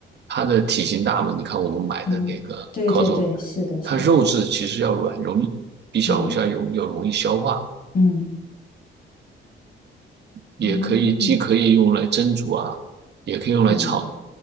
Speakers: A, on the right; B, on the left.
A: 它的体型大嘛？你看我们买的那个烤肉，
B: 嗯，对对对，是的，是的。
A: 它肉质其实要软，容易比小龙虾容要容易消化，
B: 嗯嗯，
A: 也可以既可以用来蒸煮啊，
B: 哦，
A: 也可以用来炒。
B: 嗯